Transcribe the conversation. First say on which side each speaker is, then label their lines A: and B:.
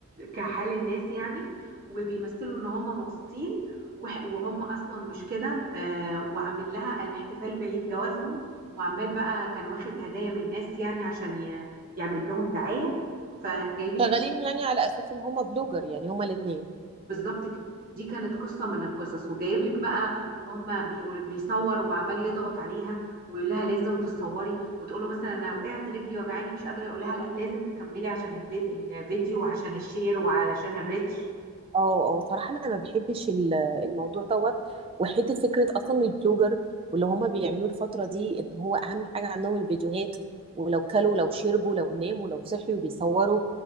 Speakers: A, on the right; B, on the right.
A: كحال الناس يعني وبيمثلوا ان هم مبسوطين وح- وهم اصلا مش كده آه، وعامل لها الاحتفال بعيد جوازهم وعمال بقى كان واخد هدايا من الناس يعني عشان ي- يعمل لهم دعاية فجايبين
B: شغالين يعني على اساس ان هما بلوجر يعني هما الاثنين
A: بالظبط كده دي كانت قصة من القصص وجايب لك بقى وهم بيقول- بيصور وعمال يضغط عليها ويقول لها لازم تصوري وتقول له مثلا انا وقعت رجلي وجعاني مش قادرة يقول لها لا لازم تكملي عشان الفي- الفيديو وعشان الشير وعشان الريتش
B: اه اه صراحة انا ما بحبش ال- الموضوع دوت وحتة فكرة اصلا البلوجر واللي هما بيعملوا الفترة دي ان هو اهم حاجة عندهم الفيديوهات ولو كلوا لو شربوا لو ناموا لو صحيوا بيصوروا